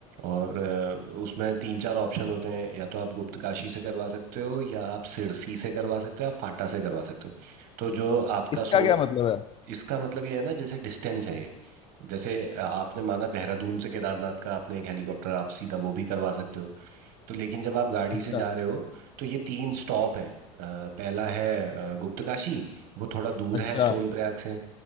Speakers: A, on the right (about 60°); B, on the left (about 30°).
A: और अ, उसमें तीन चार ऑप्शन होते हैं या तो आप गुप्तकाशी से करवा सकते हो या आप सिरसी से करवा सकते हो आप फाटा से करवा सकते हो तो जो आपका
B: इसका
A: सो
B: क्या मतलब है
A: इसका मतलब ये है ना जैसे डिस्टेंस है ये जैसे अ, आपने माना देहरादून से केदारनाथ का आपने एक हेलीकॉप्टर आप सीधा वो भी करवा सकते हो तो लेकिन जब आप गाड़ी
B: अच्छा
A: से जा रहे हो तो ये तीन स्टॉप हैं अ, पहला है अ, गुप्तकाशी वो थोड़ा दूर
B: अच्छा
A: है सोनप्रयाग से